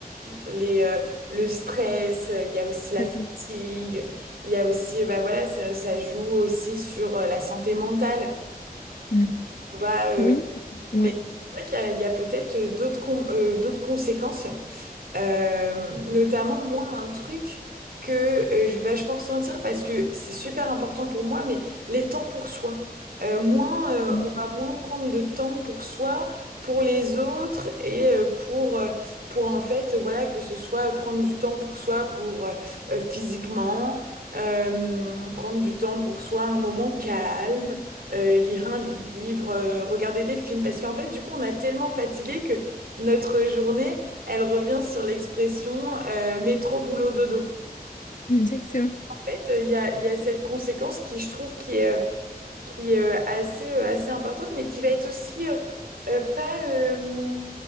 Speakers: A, on the right; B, on the left.
A: les, euh, le stress, euh, il y a aussi la
B: tout à
A: fatigue,
B: fait.
A: il y a aussi, euh, bah voilà, ça, ça joue aussi sur euh, la santé mentale.
B: Mm.
A: On va, euh,
B: Oui, ouais.
A: mais c'est vrai qu'il y a, il y a peut-être euh, d'autres con- euh, d'autres conséquences. Euh, notamment, moi, un truc que euh, je vais vachement ressentir parce que c'est super important pour moi, mais les temps pour soi. Euh, moins, euh,
B: Mm,
A: on va moins prendre de temps pour soi, pour les autres et euh, pour, euh, pour en fait, euh, voilà, que ce soit prendre du temps pour soi, pour euh, euh, physiquement, euh, prendre du temps pour soi, un moment calme, euh, lire un livre, euh, regarder des films. Parce qu'en fait, du coup, on a tellement fatigué que notre journée elle revient sur l'expression euh, métro boulot dodo.
B: Exactement.
A: En fait, il y a, il y a cette conséquence qui, je trouve, qui est, euh, qui est, euh, assez, euh, assez importante, mais qui va être aussi euh, euh, pas, euh,